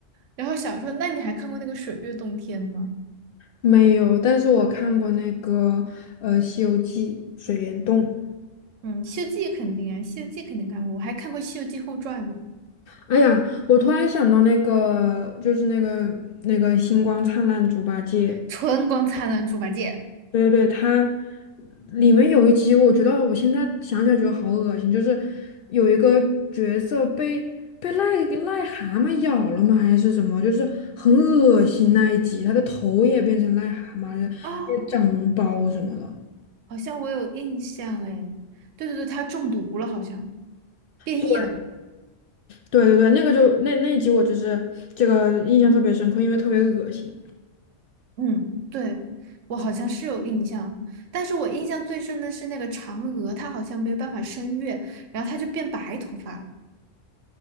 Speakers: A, on the right; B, on the left.
A: 然后小说，那你还看过那个《水月洞天》吗？
B: 没有，但是我看过那个呃《西游记》水帘洞。
A: 嗯，《西游记》肯定啊，《西游记》肯定看过，我还看过《西游记后传》呢，
B: 哎呀，我突然想到那个，就是那个那个星光灿烂猪八戒，
A: 《春光灿烂猪八戒》
B: 对对对，它里面有一集，我觉得我现在想起来觉得好恶心，就是有一个角色被被癞癞蛤蟆咬了吗？还是什么？就是很恶心那一集，他的头也变成癞蛤蟆，
A: 哦，
B: 也长脓包什么的。
A: 好像我有印象哎，对对对，他中毒了，好像变异了，
B: 对。对对对，那个就那那一集我就是这个印象特别深刻，因为特别恶心。
A: 嗯，对，我好像是有印象，但是我印象最深的是那个嫦娥，她好像没有办法升月，然后她就变白头发了，